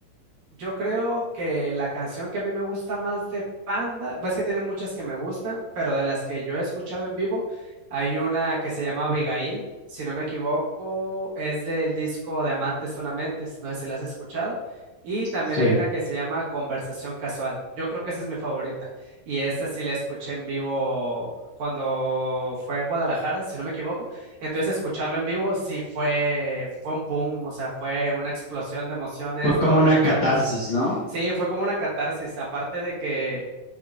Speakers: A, on the right; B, on the left.
A: yo creo que la canción que a mí me gusta más de Panda, pues que tiene muchas que me gustan, pero de las que yo he escuchado en vivo, hay una que se llama Abigail, si no me equivoco, es del disco de Amantes Tunamentes, no sé si la has escuchado. Y también
B: Sí.
A: hay una que se llama Conversación Casual. Yo creo que esa es mi favorita. Y esa sí la escuché en vivo cuando fue en Guadalajara, si no me equivoco Entonces escucharlo en vivo sí fue, fue un boom, o sea, fue una explosión de emociones,
B: Fue como
A: todos reventamos.
B: una catarsis, ¿no?
A: Sí, fue como una catarsis, aparte de que